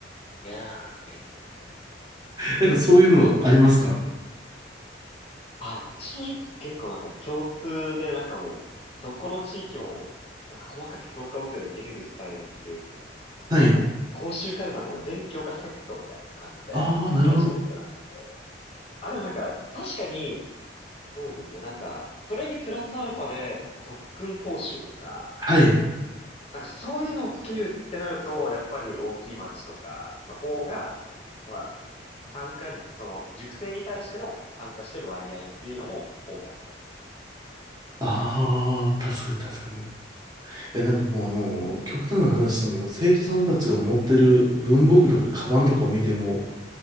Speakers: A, on the left (about 30°); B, on the right (about 20°).
A: いやー、ええ。
B: なんかそういうのありますか
A: あ、うちの塾結構なんか共通でなんかもう、どこの地域も、なんか細かく教科ごとに受けれるスタイルっていうよりも、
B: はい。
A: なんか、講習会だとなんかもう全教科セットみたいな感じで販売してるプランなんで。
B: ああ、なるほど。
A: あ、でもなんか、確かに、そうですね。なんか、それにプラスアルファで、なんか特訓講習とか、
B: はい。
A: なんかそういうのをつけるってなると、やっぱり大きい町とかの方が、まあ、参加率、その、塾生に対しての参加してる割合っていうのも多かったです
B: ああ、確かに確かに。え、なんかもうあの、極端な話、その生徒さんたちが持ってる文房具とかカバンとかを見ても、